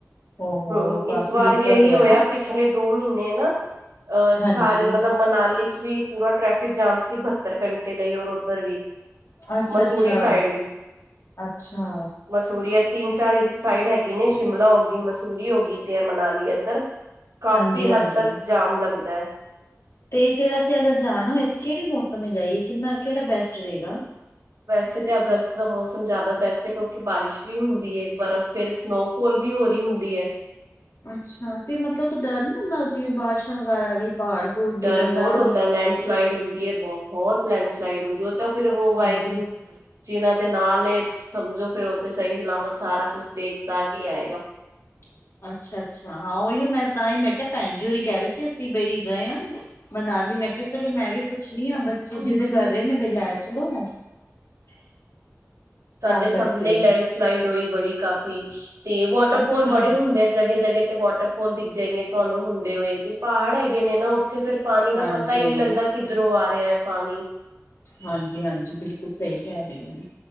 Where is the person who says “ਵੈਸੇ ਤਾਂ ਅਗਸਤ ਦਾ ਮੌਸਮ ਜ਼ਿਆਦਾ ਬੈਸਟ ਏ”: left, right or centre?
Right